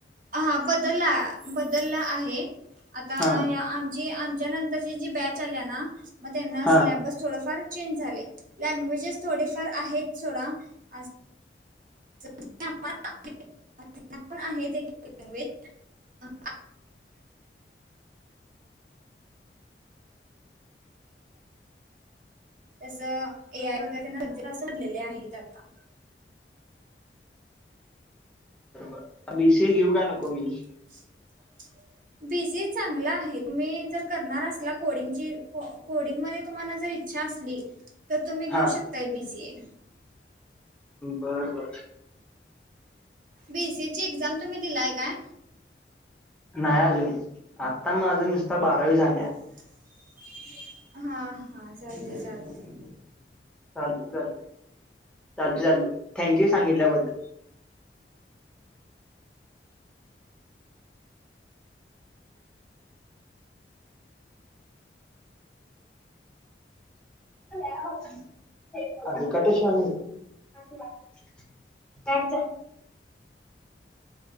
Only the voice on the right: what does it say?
हा बदला. बदलला आहे. आता
या आम्ह जी आमच्या नंतरची जी बॅच आल्या ना. मग त्यांना,
सिलेबस थोडफार चेंज झाले. लँग्वेजेस थोडेफार आहेत, सोडा. असे <unintelligible> पण आहेत एक <unintelligible> <unintelligible> <unintelligible> तस ए आय वगैरे <unintelligible> <unintelligible> आहेत आता.
<unintelligible>
बीसी चांगला आहे. तुम्ही जर करणार असला, कोडिंगची को कोडिंगमध्ये तुम्हाला जर इच्छा असली, तर तुम्ही घेऊ
शकताय बीसीए.
बी एसी ची एक्झाम तुम्ही दिलाय काय?
<inaudible> हा, हा. चालतय, चालतंय.
<inaudible>